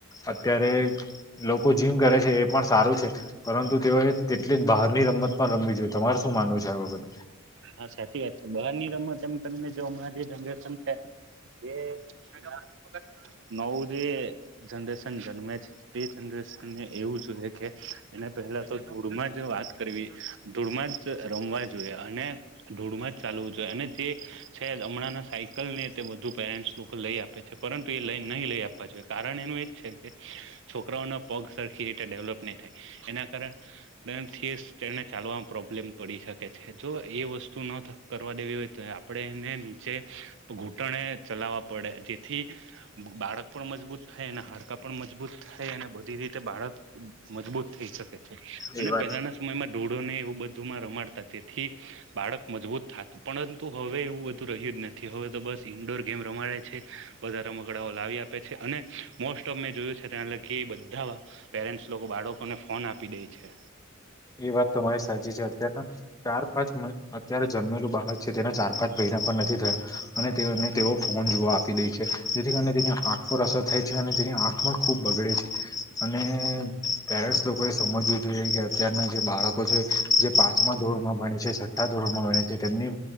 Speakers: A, on the left; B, on the right.
A: અત્યારે લોકો જીમ કરે છે. એ પણ સારું છે. પરંતુ તેઓએ તેટલી જ બહારની રમત પણ રમવી જોઈએ તમારે શું માનવું છે આ બાબતે
B: હા સાચી વાત છે બહારની રમત એમ તમે જોવો હમણાં જે જનરેશન છે. જે નવ જે જનરેશન જન્મે છે તે જનરે શનને એવું જોએ કે એને પહેલા તો ધૂળમાં જ વાત કરવી ધૂળમાં જ રમવા જોઈએ અને ધૂળમાં જ ચાલવું જોઈએ અને જે છે હમણાંના સાયકલ ને તે વધુ પેરેન્ટ્સ લોકો લઈ આપે પરંતુ એ લઈ નહીં લઈ આપવા જોઈએ કારણ એનું એ જ છે કે છોકરાઓના પગ સરખી રીતે ડેવલપ એના કારણથીને ચાલવામાં પ્રોબ્લેમ પડી શકે છે જો એ વસ તુ ન કરવા દેવી હોય તો આપણે એને નીચે ઘૂંટણે ચલાવવા પડે જેથી બાળક પણ મજબૂત થાય અને હાડકા પણ મજબૂત થાય અને બધી રીતે બાળક મજબૂત થઈ શકે છે અને
A: એ વાત
B: પેલાના સમયમાં ઢુંળો ને એવું બધુંમાં રમાડતા તેથી બાળક મજબૂત થતું પરંતુ હવે એવું બધું રહ્યું જ નથી હવે તો બસ ઇન્ડોર ગેમ રમાડે છે. બંધા રમકડાઓ લાવી આપે છે અને મોસ્ટ ઓફ મેં જોયું છે ત્યા લગી બધા પેરેન્ટસ લોકો બાળકોને ફોન આપી દેય છે.
A: <inaudible> એ વાત તમારી સાચી છે અત્યારના ચાર પાંચ અત્યારે જન્મેલું બાળક છે તેના ચાર પાંચ વર્ષના નથી થયા અને તેઓ ફોન જોવા આપી દે છે જેથી કાર તેની આંખ પર અસર થાય છે અને ની આંખમાં ખૂબ બગડે છે અને પેરેન્ટ્સ લોકોએ સમજવું જોઈએ કે અત્યારના બાળકો છે જે પાંચમા ધોરણમાં ભણે છે છઠ્ઠા ધોરમાં ભણે છે તેમની